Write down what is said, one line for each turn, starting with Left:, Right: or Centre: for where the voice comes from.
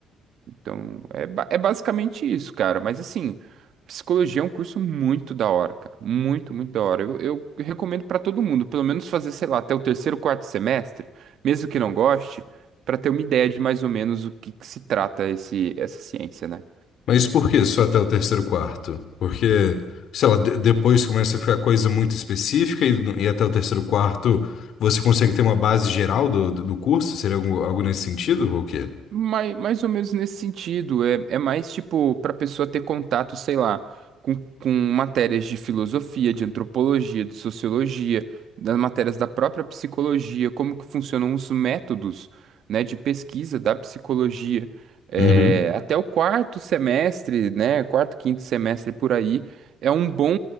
Right: Então, é, ba- é basicamente isso, cara. Mas assim, psicologia é um curso muito da hora, cara. Muito, muito da hora. Eu, eu recomendo pra todo mundo, pelo menos fazer, sei lá, até o terceiro, quarto semestre, mesmo que não goste, pra ter uma ideia de mais ou menos o que, que se trata esse, essa ciência, né?
Left: Mas por que só até o terceiro quarto? Porque, sei lá, de- depois começa a ficar coisa muito específica e, e até o terceiro quarto você consegue ter uma base geral do, do do curso? Seria algo, algo nesse sentido ou o quê?
Right: Mais, mais ou menos nesse sentido. É, é mais tipo para pessoa ter contato, sei lá, com, com matérias de filosofia, de antropologia, de sociologia, das matérias da própria psicologia, como que funcionam os métodos, né, de pesquisa da psicologia. É,
Left: Uhum.
Right: até o quarto semestre, né, quarto, quinto semestre por aí, é um bom,